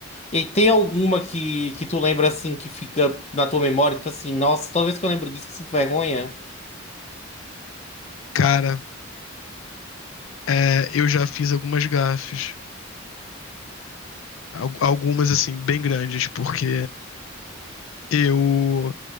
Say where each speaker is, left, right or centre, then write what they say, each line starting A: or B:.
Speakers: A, on the left; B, on the left.
A: E tem alguma que, que tu lembra assim que fica na tua memória, tipo assim, nossa, toda vez que eu lembro disso eu sinto vergonha?
B: Cara, é, eu já fiz algumas gafes, Al- algumas assim, bem grandes, porque eu.